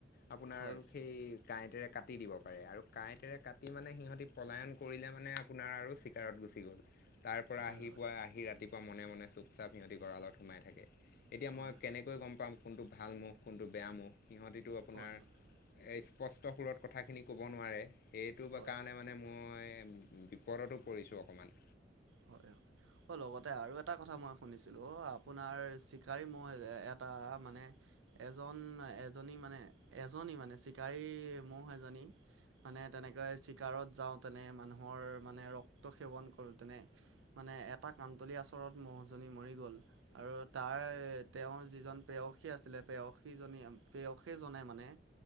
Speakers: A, on the left; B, on the right.
A: আপোনাৰ
B: হয়
A: সেই কাঁইটেৰে কাটি দিব পাৰে আৰু কাঁইটেৰে কাটি মানে সিহঁতি পলায়ন কৰিলে মানে আপোনাৰ আৰু চিকাৰত গুচি গ'ল। তাৰ পৰা
B: হয়
A: আহি
B: হয়
A: পুৱা আহি ৰাতি ৰাতিপুৱা মনে-মনে, চুপচাপ সিহঁতি গঁড়ালত সোমাই থাকে। এতিয়া
B: হয়
A: মই কেনেকৈ গম পাম কোনটো ভাল মহ, কোনটো বেয়া মহ, সিহঁতিটো আপোনাৰ
B: হয় হয় হয়
A: এই স্পষ্ট সুৰত কথাখিনি ক'ব নোৱাৰে। সেইটো
B: হয়
A: কাৰণে মানে মই বিপদতো পৰিছোঁ অকণমান।
B: হয়, হয়। অ, লগতে আৰু এটা কথা মই শুনিছিলোঁ অ, আপোনাৰ চিকাৰী মহ এটা মানে এজন, এজনী মানে, এজনী মানে চিকাৰী মহ এজনী মানে তেনেকৈ চিকাৰত যাওঁ। তেনে মানুহৰ মানে ৰক্ত সেৱন কৰোঁতেনে মানে এটা কানতলীয়া চৰত মহজনী মৰি গ'ল। আৰু তাৰ, তেওঁৰ যিজন প্ৰেয়সী আছিলে, প্ৰেয়সী জনী, প্ৰয়সী জনে মানে